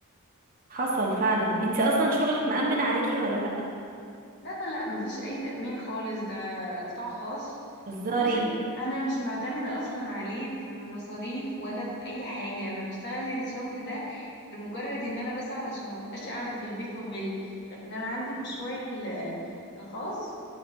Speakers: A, on the right; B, on the left.
A: حصل فعلا انت اصلا شغلك مأمن عليكي ولا لا
B: لا لا لا مفيش اي تأمين خالص ده قطاع خاص
A: هزاري
B: بصي انا مش معتمدة اصلا عليه في مصاريف ولا في اي حاجة انا بشتغل الشغل ده لمجرد ان انا بس علشان ما بقاش قاعدة في البيت وامل لكن انا عندي مشروعي ال- الخاص